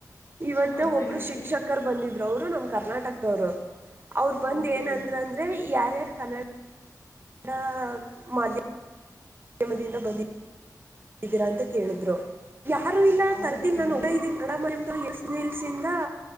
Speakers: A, on the right; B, on the left.
A: ಇವತ್ತೇ
B: ಹೌದಾ
A: ಒಬ್ರು
B: ಗೆಳತಿ
A: ಶಿಕ್ಷಕರು ಬಂದಿದ್ದ ಅವರು ನಮ್ ಕರ್ನಾಟಕದವರು ಅವ್ರ ಬಂದ್
B: ಹೌದಾ
A: ಏನಂದ್ರ
B: ಗೆಳತಿ
A: ಅಂದ್ರೆ ಯಾರ್ಯಾರ್ ಕನ್ನಡ ಡ ಮಾಧ್ಯಮ ಮಾಧ್ಯಮದಿಂದ ಬಂದಿದ್ದ ಹೀರಾ ಅಂತ ಕೇಳಿದ್ರು ಯಾರು ಇಲ್ಲ
B: ಹೌದಾ
A: ತರ್ತಿಲ್
B: ಗೆಳತಿ
A: ನಾನು ಉಡ ಇದೀಡ ಎ ಸ್ ನಿಲ್ಸಿಂದ